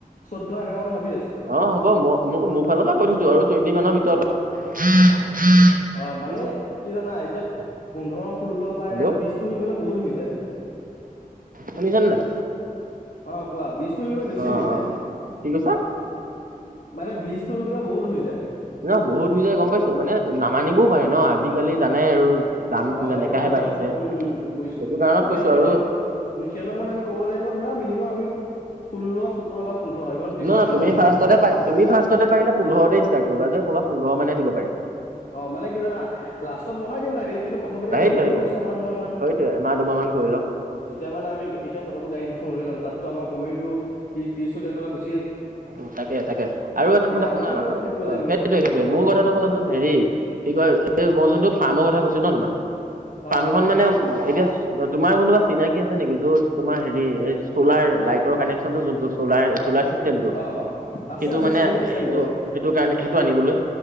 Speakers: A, on the left; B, on the right.
A: চৈধ্য এনেকুৱা মান ভাবি আছোঁ।
B: অ' হ'ব মই ম মোৰ ফালৰ পৰা কৈ থৈছোঁ আৰু টুৱেণ্টি মানৰ ভিতৰত <inaudible>
A: অ' মানে
B: বুজিছা
A: কি জানাঁ এতিয়া পোন্ধৰ ষোল্ল বা
B: হেল্ল'
A: <unintelligible> বিশ টো হৈ গ'লে বহুত হৈ যায়।
B: শুনিছানে নাই?
A: অ' কোৱা বিশটো হৈ গ'লে বেছি
B: অ
A: হৈ যায়।
B: অ কি কৈছা
A: মানে বিশটো হৈ গ'লে বহুত হৈ যায়।
B: ন' বহুত হৈ যায় গম পাইছোঁ, মানে নামানিবও পাৰে ন', আজিকালি জানাই আৰু। দাম
A: অ',
B: যেনেকাহে
A: এইটো হয়,
B: বাঢ়িছে
A: উম-উম বুজিছোঁ-বুজিছোঁ
B: সেইটো কাৰণত
A: মানে
B: কৈছো
A: সিহঁতক
B: আৰু
A: সিহঁতক মানে আমি ক'ব লাগিব ধৰা মিনিমাম আমি তোক ষোল্ল সোতৰ বা পোন্ধৰ ইমান দিম
B: নহয়
A: আৰু প্ৰথম
B: তুমি
A: প্ৰথম
B: ফাৰ্ষ্টতে প তুমি ফাৰ্ষ্টতে পাৰিলে পোন্ধৰতে ষ্টাৰ্ট কৰিবা যে ক'বা পোন্ধৰ মানে দিব পাৰে।
A: অ', মানে কি জানা লাষ্টত বঢ়াই দিম লাগিলে কিন্তু প্ৰথমতে
B: সেইটোৱে
A: এনে কৰি
B: সেইটোৱে
A: লওঁকচোন এমাহ দুমাহ মান।
B: সেইটোৱে এমাহ দুমাহ মান কৰি লওঁ।
A: এতিয়া মানে আমি এতিয়া ফটোকো গাড়ী দুখন লৈ লম, তাততো আমাৰ কমেওঁ টো ত্ৰি ত্ৰিশ চল্লিশ হাজাৰ টকা গুচি
B: উ', তাকে-তাকে আৰু এটা
A: এতিয়া
B: শুনা-শুনা
A: আমাৰো কিবা থাকিব
B: অ
A: লাগিব
B: সেইটোৱে সেই
A: অ'
B: টোৱে
A: কোৱাচোন
B: মোৰ কথাটো শুনাচোন হেৰি কি কয় এই মই যোনটো ফাৰ্মৰ কথা কৈছো ন তোমাক ফাৰ্মখনন
A: অ'
B: মানে এতিয়া তোমাৰ কোনোবা চিনাকি আছে নেকি যত তোমাৰ হেৰি এই চ'লাৰ লাইটৰ কানেকশ্যনটো যোনটো চলাৰ-চলাৰ চিচ তেমটো
A: অ' অ' অ' আছে
B: সেইটো
A: আছে
B: মানে
A: চিনাকি আছে
B: সেইটো
A: মোৰ অ'
B: সেইটো কাৰণে সেইটো আনিবলৈ,